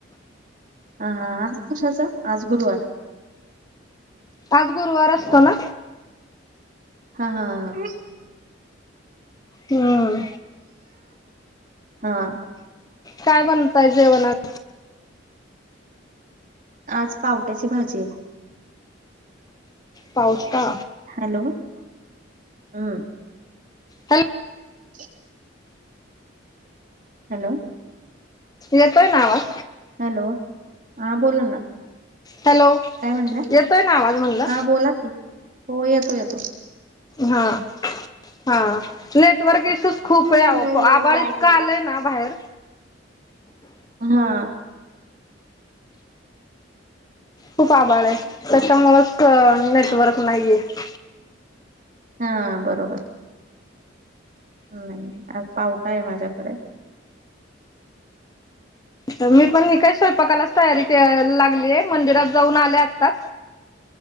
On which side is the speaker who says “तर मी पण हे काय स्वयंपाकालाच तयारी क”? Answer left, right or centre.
Left